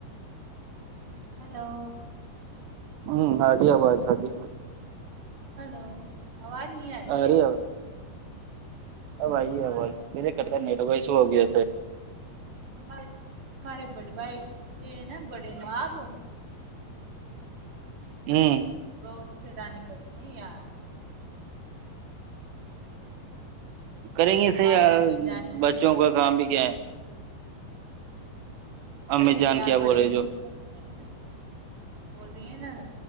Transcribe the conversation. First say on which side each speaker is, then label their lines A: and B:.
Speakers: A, on the right (about 30°); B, on the right (about 80°).
A: hello
B: ہوں آرہی آواز صحیح
A: ہیلو آواز نہیں اری
B: آ
A: کیا
B: رہی آواز اب آئی گی آواز
A: آ رہی ہے
B: میرے نیٹ ورک کرتا ہے نہیں تو سو ہو گیا
A: ہمارے ہمارے بڑے بھائی یہ نا بڑے آپ
B: ہوں
A: بہت سے دانی کرتے ہیں یار
B: کریں گے
A: ہمارے
B: صحی
A: امی جان کی
B: بچوں کا کام بھی کیا ہے
A: بڑے
B: امی
A: کنے
B: جان
A: یار
B: کیا
A: بڑے
B: بول رہے
A: نہیں
B: جو
A: سمجھتے نا رہی ہیں نا